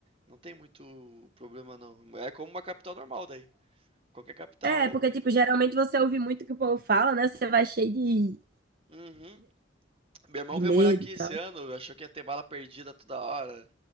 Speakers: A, on the right; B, on the right.
A: Não tem muito problema, não. É como uma capital normal daí. Qualquer capital.
B: É, porque, tipo, geralmente você ouve muito o que o povo fala, né? Você vai cheio de,
A: Uhum. Meu irmão
B: de
A: veio
B: medo
A: morar aqui
B: e
A: esse
B: tal,
A: ano, achou que ia ter bala perdida toda hora,